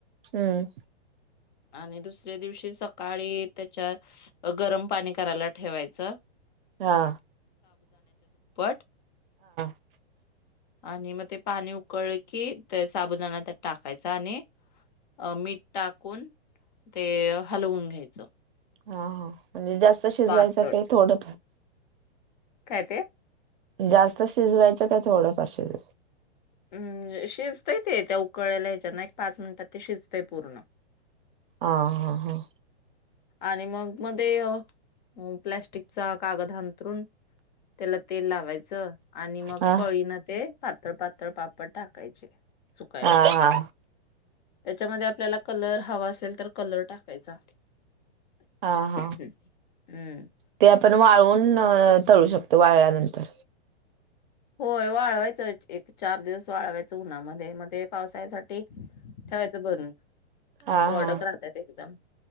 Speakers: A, on the right; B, on the left.
A: हम्म.
B: आणि दुसऱ्या दिवशी सकाळी त्याच्यात गरम पाणी कराला ठेवायचं.
A: हा.
B: बट
A: <inaudible>
B: आणि म ते पाणी उकळलं की, ते साबुणाना त्यात टाकायचा आणि अं मीठ टाकून ते हलवून घ्यायचं.
A: हा हा, म्हणजे जास्त शिजवायचं
B: पातळ
A: काय थोडं
B: काय ते?
A: जास्त शिजवायचं काय थोडंफार शिज?
B: हम्म, जे शिजतंय ते त्या उकळलेल्या ह्याच्यात ना, एक पाच मिनिटांत ते शिजतय पूर्ण.
A: हा हा हा.
B: आणि मग मध्ये प्लॅस्टिकचा कागद हांथरून त्याला तेल लावायचं. आणि मग
A: हा
B: पळीनं ते पातळ पातळ पापड टाकायचे. सुकायला
A: हा हा.
B: त्याच्यामध्ये आपल्याला कलर हवा असेल तर, कलर टाकायचा.
A: हा हा.
B: हम्म हम्.
A: ते आपण वाळवून तळू शकतो, वाळल्यानंतर.
B: होय, वाळवायचं एक चार दिवस वाळवायचं उन्हामध्ये मग ते पावसाळसाठी ठेवायचं भरून.
A: हा
B: मग कोरडंक
A: हा
B: राहतं एकदम.